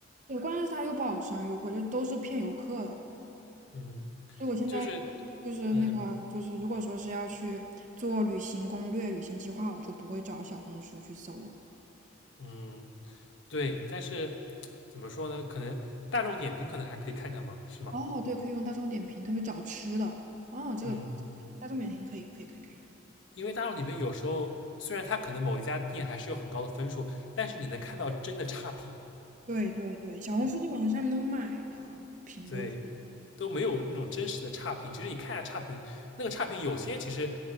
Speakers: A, on the right (about 40°); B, on the left (about 70°).
A: 对，关键是它又不好吃啊，又贵，就都是骗游客的。
B: 嗯，
A: 所以我现在
B: 就是，
A: 就是那个，
B: 嗯
A: 就是如果说是要去做旅行攻略、旅行计划，我就不会找小红书去搜了。
B: 嗯，对，但是怎么说呢？可能大众点评可能还可以看看嘛，是吗？
A: 哦，对，可以用大众点评，特别找吃的。哦，这个可以，
B: 嗯嗯，
A: 这个可以，大众点评可以，可以，可以，可以。
B: 因为大众点评有时候虽然它可能某一家店还是有很高的分数，但是你能看到真的差评，
A: 对对对，小红书基本上上面都买的评论嘛
B: 对，都没有那种真实的差评。其实你看一下差评，那个差评有些其实